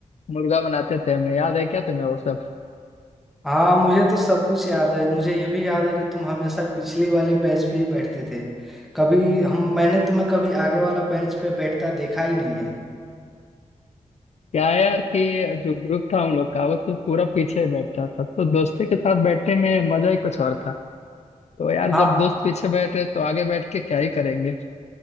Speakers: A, on the left; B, in the centre.
A: मुर्गा बनाते थे हमें याद है क्या तुम्हें वो सब
B: हाँ मुझे तो सब कुछ याद है मुझे ये भी याद है कि तुम हमेशा पिछली वाले बेंच पे ही बैठते थे कभी हम मैंने तुम्हें कभी आगे वाला बेंच पे बैठता देखा ही नहीं है
A: क्या है यार कि जो ग्रुप था हम लोग का वो तो पूरा पीछे ही बैठता था तो दोस्ती के साथ बैठने में मजा ही कुछ और था तो यार
B: हाँ
A: जब दोस्त पीछे बैठ रहे तो आगे बैठ के क्या ही करेंगे